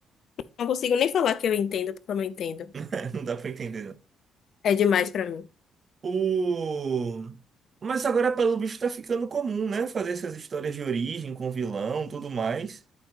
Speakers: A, on the left (about 60°); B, on the right (about 45°).
A: não consigo nem falar que eu entendo, porque eu não entendo.
B: <laughs> Não dá pra entender, não.
A: É demais pra mim.
B: O... Mas agora, pelo bicho, tá ficando comum, né? Fazer essas histórias de origem com vilão, tudo mais.